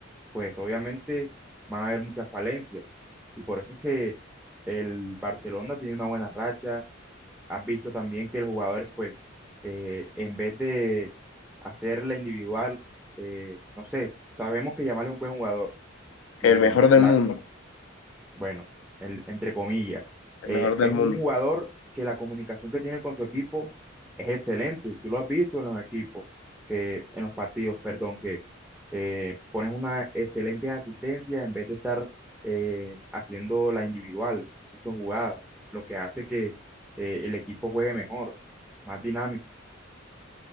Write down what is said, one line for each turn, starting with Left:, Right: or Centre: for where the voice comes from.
Centre: pues obviamente van a haber muchas falencias. Y por eso es que el Barcelona tiene una buena racha, has visto también que los jugadores, pues, eh, en vez de hacer la individual, eh, no sé, sabemos que Yamal es un buen jugador
Left: El
Centre: y
Left: mejor del
Centre: la,
Left: mundo.
Centre: bueno, el- entre comillas,
Left: El
Centre: eh,
Left: mejor del
Centre: es
Left: mundo.
Centre: un jugador que la comunicación que tiene con su equipo es excelente. Tú lo has visto en los equipos, que, en los partidos, perdón, que eh, pones una excelente asistencia en vez de estar eh, haciendo la individual, haciendo jugadas, lo que hace que eh, el equipo juegue mejor, más dinámico.